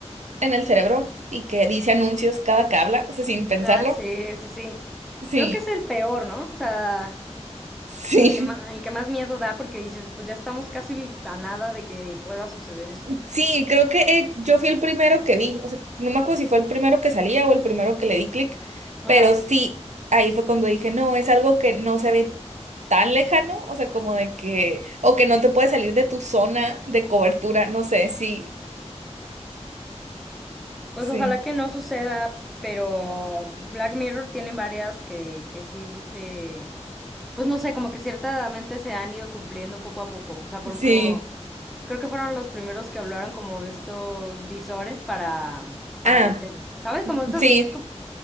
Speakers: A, on the right (about 80°); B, in the centre.
A: en el cerebro y que dice anuncios cada que habla? O sea, sin pensarlo.
B: Ah, sí, sí, sí.
A: Sí,
B: Creo que es el peor, ¿no? O sea,
A: <laughs>
B: el que más,
A: sí.
B: el que más miedo da porque dices, pues ya estamos casi a nada de que pueda suceder eso.
A: Sí, creo que eh, yo fui el primero que vi, o sea, no me acuerdo si fue el primero que salía o el primero que le di clic,
B: Ajá.
A: pero sí, ahí fue cuando dije, no, es algo que no se ve tan lejano, o sea, como de que, o que no te puede salir de tu zona de cobertura, no sé, sí,
B: Pues
A: sí,
B: ojalá que no suceda, pero Black Mirror tiene varias que, que sí se... Pues no sé, como que ciertamente se han ido cumpliendo poco a poco. O sea, por
A: sí,
B: ejemplo, creo que fueron los primeros que hablaron como de estos visores para, para
A: ah,
B: la inte- ¿Sabes? Como estos...
A: sí,
B: co-